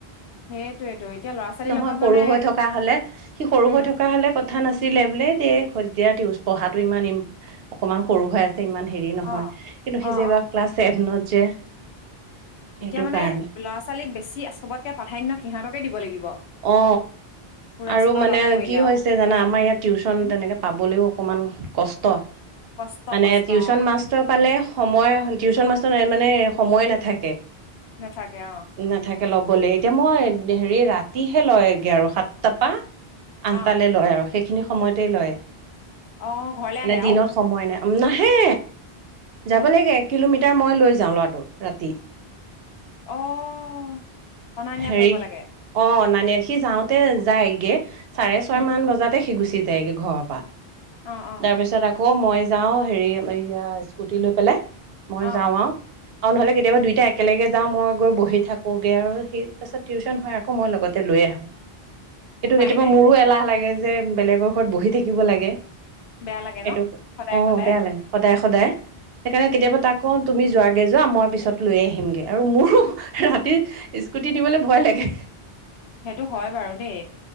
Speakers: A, on the left; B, on the right.
A: সেইটোৱেতো এতিয়া ল'ৰা ছোৱালীৰ
B: নহয়
A: লগত
B: সৰু
A: মানে
B: হৈ থকা হলে, সি সৰু
A: উম,
B: হৈ থকা হলে কথা না ছিলে বোলে দেই এতিয়া পঢ়াটো ইমান ই অকমান সৰু হৈ আছে। ইমান হেৰি নহয়
A: অ',
B: কিন্তু
A: অ',
B: সিযে এবাৰ
A: অ'।
B: ক্লাছভনত যে'। সেইটো
A: এতিয়া মানে
B: কাৰণে
A: ল'ৰা ছোৱালীক বেছি চবতকে প্ৰাধান্য সিহঁতকে দিব লাগিব।
B: অ।
A: ফুৰা
B: আৰু
A: চকা
B: মানে
A: বাদ পৰিলে
B: কি
A: আৰু
B: হৈছে জানা, আমাৰ ইয়াত টিউচন
A: উ
B: তেনেকে পাবলৈও অকণমান- কষ্ট।
A: কষ্ট
B: মানে
A: কষ্ট।
B: টিউচন
A: অ
B: মাষ্টৰ পালে সময়, টিউশচন মাষ্টৰ মানে সময়ে নাথাকে।
A: নাথাকে অঁ।
B: নাথাকে ল'বলৈ এতিয়া মই হেৰি ৰাতিহে লয়গে আৰু সাতটাৰ পা। আনটালৈ
A: অ
B: লয় আৰু সেইখিনি সময়তে লয়,
A: অ ঘৰলে
B: মানে
A: আহে আৰু
B: দিনত সময় নাই নাহে
A: হে
B: যাব লাগে এক কিলোমিটাৰ মই লৈ যাওঁ ল'ৰাটোক ৰাতি-
A: অঁ অনা নিয়া
B: হেৰি
A: কৰিব লাগে।
B: অ অনা নিয়া সি যাওঁতে যায়গে চাৰে ছয়
A: উম
B: মান বজাতে সি গুচি - যায়গে ঘৰৰ পৰা
A: অ অ
B: তাৰ পিছত আকৌ- আকৌ মই যাও হেৰি স্কুটি লৈ পেলাই মই
A: অ
B: যাওঁ আৰু। আৰু নহলে কেতিয়াবা দুইটা একেলগে যাওঁ মই গৈ বহি থাকোগে আৰু- তাৰপিছত আকৌ মই লগতে লৈ আহো, এইটো
A: উপায়
B: কেতিয়াবা
A: নাই
B: মোৰো
A: কি কৰিব
B: এলাহ লা- যে বেলেগৰ ঘৰত বহি থাকিব লাগে,
A: বেয়া লাগে
B: এইটো
A: ন সদায়
B: অঁ
A: সদায়
B: বেয়া লাগে। সদায় সদায়, সেইকাৰণে কেতিয়াবা
A: উম
B: তাক কঁও। তুমি যোৱাগে যোৱা মই পিছত লৈ আহিমগে, আৰু মোৰো ৰাতি স্কুটি নিবলৈ ভয় লাগে।
A: সেইটো হয় বাৰু দেই